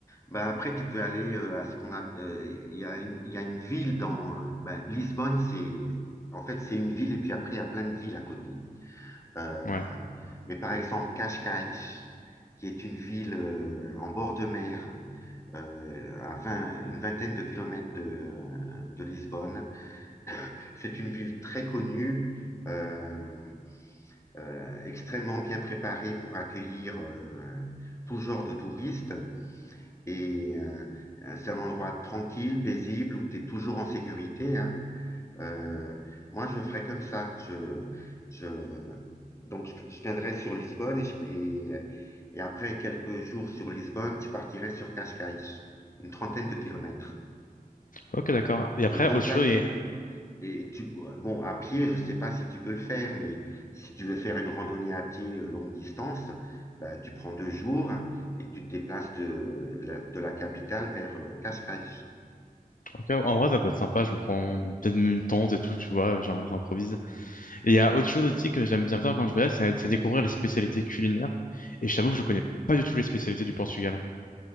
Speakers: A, on the left; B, on the left.
A: bah après, tu peux aller euh, à ce qu'on a. euh, Il y a une, il y a une ville dans. euh, ben, Lisbonne, c'est. En fait, c'est une ville, et puis après, il y a plein de villes à côté. Euh,
B: Ouais.
A: mais par exemple, Cascais, qui est une ville euh, en bord de mer, euh, à 20 une vingtaine de kilomètres de, de Lisbonne, c'est une ville très connue. euh, euh, extrêmement bien préparée pour accueillir euh, tout genre de touristes. Et euh, euh, c'est un endroit tranquille, paisible, où tu es toujours en sécurité, hein. Euh, moi, je ferais comme ça. Je, je, donc, je, je viendrais sur Lisbonne et, je- et, euh, et après quelques jours sur Lisbonne, je partirais sur Cascais, une trentaine de kilomètres.
B: Ok, d'accord. Et après,
A: Et donc
B: autre chose,
A: là, tu,
B: et...
A: et tu, bon, à pied, je sais pas si tu peux le faire, mais si tu veux faire une randonnée à pied euh, longue distance, bah, tu prends deux jours et tu te déplaces de, la de la capitale vers euh, Cascais.
B: ok, en vrai, ça peut être sympa, je me prends peut-être même une tente et tout, tu vois, j'en- j'improvise. Et il y a autre chose aussi que j'aime bien faire quand je voyage, c'est c'est découvrir les spécialités culinaires. Et je t'avoue que je connais pas du tout les spécialités du Portugal.